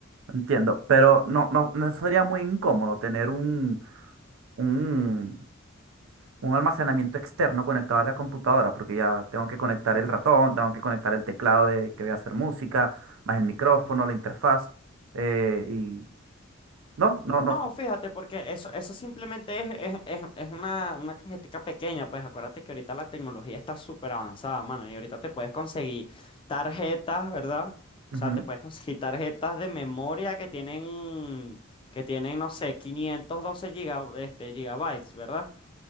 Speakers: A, on the right (about 75°); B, on the left (about 25°).
A: entiendo. Pero no, no, no sería muy incómodo tener un, un un almacenamiento externo conectado a la computadora, porque ya tengo que conectar el ratón, tengo que conectar el teclado de que voy a hacer música, más el micrófono, la interfaz, eh, y no, no, no.
B: No, fíjate, porque eso, eso simplemente es, es, es- es una, una cajetica pequeña, pues acuérdate que ahorita la tecnología está súper avanzada, mano, y ahorita te puedes conseguir tarjetas, ¿verdad? O
A: ujú.
B: sea, te puedes conseguir tarjetas de memoria que tienen, que tienen, no sé, 512 giga- este, gigabytes, ¿verdad?